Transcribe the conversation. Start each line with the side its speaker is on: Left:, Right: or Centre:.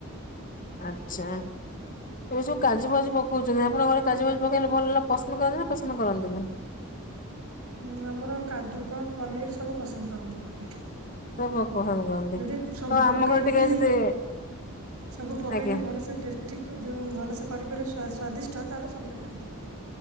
Left: ଆଚ୍ଛା ଏ ଯୋଉ କାଜୁ ଫାଜୁ ପକଉଚନ୍ତି ଆପଣଙ୍କ ଘରେ କାଜୁ ମଞ୍ଜି ପକେଇଲେ ଭଲ ପସନ୍ଦ କରନ୍ତି ନା ପସନ୍ଦ କରନ୍ତି ନା
Right: ଉଁ ଆମର କାଜୁ କଣ ପନିର ସବୁ ପସନ୍ଦ କରନ୍ତି କହିଲେ।
Left: ସବୁ ପସନ୍ଦ କରନ୍ତି।
Right: ଯଦି ସବୁ
Left: ଆଉ ଆମ
Right: ପକେଇକି
Left: ଘରେ ଟିକେ ଯଦି
Right: ସବୁ ପକେଇକି
Left: ଆଜ୍ଞା।
Right: ଭଲସେ ଟେଷ୍ଟିକ୍ ଯୋଉ ଭଲସେ କରିପାରିବ ସ୍ଵାଦିଷ୍ଟ ତାହେଲେ ସମସ୍ତେ ଖାଆନ୍ତି।